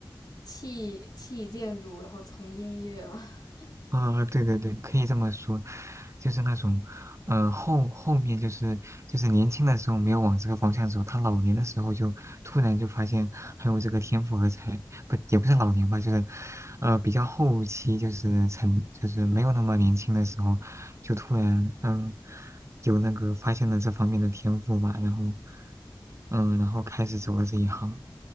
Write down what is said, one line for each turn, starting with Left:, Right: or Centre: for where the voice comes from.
Left: 弃弃建筑，然后从音乐嘛。<laughs>
Right: 啊、对对对，可以这么说，就是那种，呃，后后面就是就是年轻的时候没有往这个方向走，他老年的时候就突然就发现还有这个天赋和才，不也不是老年吧，就是，呃，比较后期就是成就是没有那么年轻的时候，就突然嗯有那个发现了这方面的天赋吧，然后嗯然后开始走了这一行，